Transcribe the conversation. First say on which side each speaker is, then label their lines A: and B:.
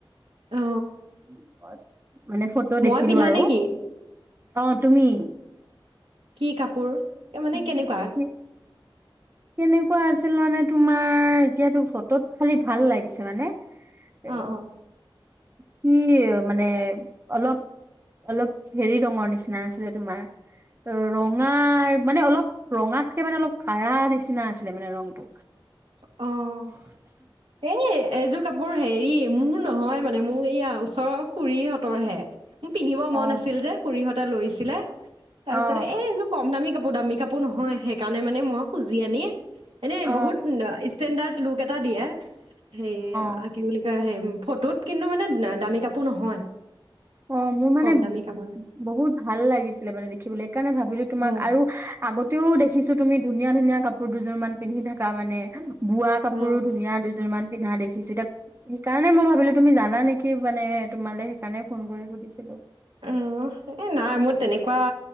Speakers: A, on the right; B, on the right.
A: অ
B: <unintelligible> মানে ফটো
A: মই
B: দেখিলো
A: পিন্ধা
B: আৰু।
A: নেকি
B: অ', তুমি।
A: কি কাপোৰ? এ, মানে
B: <unintelligible>
A: কেনেকুৱা
B: কেনেকুৱা আছিল মানে তোমাৰ, এতিয়াতো ফটোত খালি ভাল লাগিছে মানে। এ
A: অ অ
B: কি মানে অলপ অলপ হেৰি ৰঙৰ নিচিনা আছিলে তোমাৰ ৰঙাৰ মানে অলপ ৰঙাতকে মানে অলপ কাঢ়া নিচিনা আছিলে মানে ৰংটো।
A: অ', এই এযোৰ কাপোৰ হেৰি মোৰ নহয় মানে মোৰ এইয়া ওচৰৰ খুুৰীহঁতৰ হে। মোৰ পিন্ধিব মন
B: অ
A: আছিল যে খুৰীহঁতে লৈছিলে তাৰ
B: অ
A: পিছতে এই এইযোৰ কম দামী কাপো কাপোৰ দামী কাপোৰ নহয় <unintelligible> সেইকাৰণে মানে মই খুজি আনি এনেই
B: অ
A: বহুত ইচষ্টেণ্ডাৰ্ড লুক এটা দিয়ে। হেইয়া
B: অ
A: আ কি বুলি কৈ আহিম ফটোত কিন্তু মানে দামী কাপোৰ নহয়।
B: অ', মোৰ মানে
A: কম দামী কাপোৰ
B: বহুত ভাল লাগিছিলে মানে দেখিবলৈ সেইকাৰণে ভাবিলো তোমাক
A: অ
B: আৰু আগত ও দেখিছোঁ তুমি ধুনীয়া ধুনীয়া কাপোৰ দুযোৰমান পিন্ধি থাকা মানে। বোৱা কাপোৰো
A: অ
B: ধুনীয়া দুযোৰমান পিন্ধা দেখিছোঁ এতিয়া সেইকাৰণে মই ভাবিলো তুমি জানা নেকি মানে তোমালে। সেইকাৰণে ফোন কৰি সুধিছিলো।
A: <unintelligible> এই নাই মোৰ তেনেকুৱা